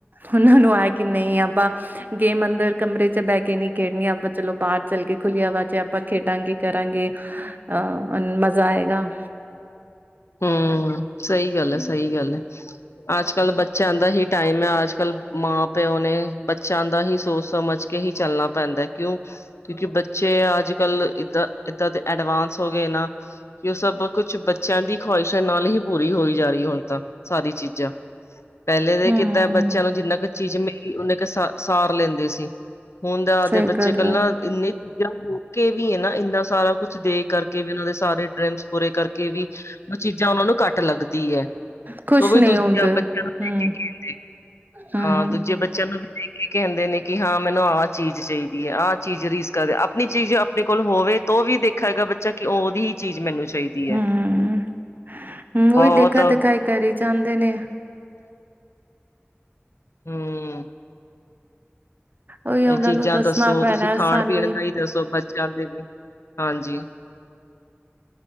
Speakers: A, on the right (about 45°); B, on the left (about 85°).
A: ਉਹਨਾਂ ਨੂੰ ਆਇਆ ਕਿ ਨਈ, ਆਪਾਂ ਗੇਮ ਅੰਦਰ, ਕਮਰੇ ਚ ਬਹਿ ਕੇ ਨਈ ਖੇਡਣੀ, ਆਪਾਂ ਚਲੋ ਬਾਹਰ ਚੱਲ ਕੇ, ਖੁੱਲੀ ਹਵਾ ਚ ਆਪਾਂ ਖੇਡਾਂਗੇ, ਕਰਾਂਗੇ। ਅਹ ਮਜ਼ਾ ਆਏਗਾ।
B: ਹੂੰ, ਸਈ ਗੱਲ ਹੈ, ਸਈ ਗੱਲ ਹੈ। ਅੱਜ ਕੱਲ੍ਹ ਬੱਚਿਆਂ ਦਾ ਹੀ ਟਾਈਮ ਹੈ। ਅੱਜ ਕੱਲ ਮਾਂ ਪਿਓ ਨੇ ਬੱਚਿਆਂ ਦਾ ਹੀ ਸੋਚ ਸਮਝ ਕੇ ਹੀ ਚੱਲਣਾ ਪੈਂਦਾ ਏ, ਕਿਉਂ? ਕਿਉਂਕਿ ਬੱਚੇ ਅੱਜ ਕੱਲ ਇਏਦਾਂ ਇਏਦਾਂ ਦੇ ਐਡਵਾਂਸ ਹੋ ਗਏ ਨਾ, ਕਿ ਉਹ ਸਭ ਕੁਛ ਬੱਚਿਆਂ ਦੀ ਖਵਾਹਿਸ਼ਾਂ ਨਾਲ ਹੀ ਪੂਰੀ ਹੋਈ ਜਾ ਰਹੀ ਹੁਣ ਤਾਂ, ਸਾਰੀ ਚੀਜ਼ਾਂ। ਪਹਿਲੇ ਦੇ
A: ਹਮ
B: ਕਿਦਾਂ ਏ? ਬੱਚਿਆਂ ਨੂੰ ਜਿੰਨਾ ਕੁ ਚੀਜ਼ ਮਿਲੀ, ਓਨਨਾ ਕੁ ਸਾ ਸਾਰ ਲੈਂਦੇ ਸੀ। ਹੁਣ ਦਾ ਆਪ
A: ਸਹੀ
B: ਦੇ ਬਚੇ
A: ਗੱਲ
B: ਕਲ੍ਹ
A: ਆ
B: ਨਾ ਇੰਨੀ ਹੋ ਕੇ ਵੀ ਏ ਨਾ, ਇੰਨਾ ਸਾਰਾ ਕੁਛ ਦੇ ਕਰਕੇ ਵੀ, ਇਹਨਾਂ ਦੇ ਸਾਰੇ ਡਰੀਮਸ ਪੂਰੇ ਕਰਕੇ ਵੀ ਉਹ ਚੀਜ਼ਾਂ ਉਹਨਾਂ ਨੂੰ ਘੱਟ ਲੱਗਦੀ ਏ।
A: ਖੁਸ਼
B: ਤੋਂ ਵੀ
A: ਨਹੀਂ
B: ਦੂਜਿਆ
A: ਹੁੰਦੇ
B: ਬੱਚਿਆਂ ਨੂੰ ਦੇ
A: ਹਮ
B: ਕੇ ਖੇਲਦੇ।
A: ਹਮ
B: ਹਾਂ ਦੂਜੇ ਬੱਚਿਆਂ ਨੂੰ ਵੀ ਦੇਖ ਕੇ ਕਹਿੰਦੇ ਨੇ ਕਿ ਹਾਂ ਮੈਨੂੰ ਆਹ ਚੀਜ਼ ਚਾਹੀਦੀ ਏ। ਆਹ ਚੀਜ਼ ਰੀਸ ਕਰ, ਆਪਣੀ ਚੀਜ਼ ਆਪਣੇ ਕੋਲ ਹੋਵੇ ਤੋਂ ਵੀ ਦੇਖਾ ਗਾ ਬੱਚਾ, ਕਿ ਉਹਦੀ ਹੀ ਚੀਜ਼ ਮੈਨੂੰ ਚਾਹੀਦੀ ਹੈ
A: ਹੂੰ। ਹੂੰ,
B: ਬਹੁਤ
A: ਉਹੀ ਦੇਖਾ ਦਿਖਾਈ ਕਰੀ ਜਾਂਦੇ ਨੇ।
B: ਹੂੰ।
A: ਉਹੀ ਉਹਨਾਂ
B: ਏਹ ਚੀਜ਼ਾਂ
A: ਨੂੰ ਦੱਸਣਾ
B: ਦੱਸੋ?
A: ਪੈਣਾ
B: ਤੁਸੀਂ ਖਾਣ
A: ਸਾਨੂੰ
B: ਪੀਣ ਦਾ ਹੀ ਦੱਸੋ ਬੱਚਿਆਂ ਦੇ ਲਈ? ਹਾਂਜੀ।